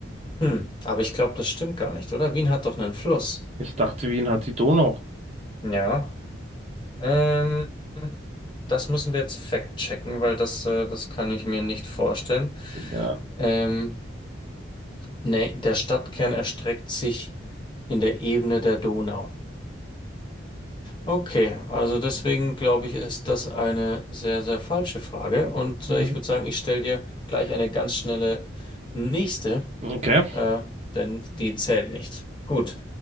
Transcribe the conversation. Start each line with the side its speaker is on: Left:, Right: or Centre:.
Left: Hm, aber ich glaube, das stimmt gar nicht, oder? Wien hat doch einen Fluss.
Right: Ich dachte, Wien hat die Donau.
Left: Ja. Ähm, das müssen wir jetzt fact-checken, weil das, äh, das kann ich mir nicht vorstellen.
Right: Ja.
Left: Ähm, nee, der Stadtkern erstreckt sich in der Ebene der Donau. Okay, also deswegen glaube ich, ist das eine sehr, sehr falsche Frage. Und
Right: Mhm.
Left: äh, ich würde sagen, ich stelle dir gleich eine ganz schnelle nächste,
Right: Okay.
Left: äh, denn die zählt nicht. Gut.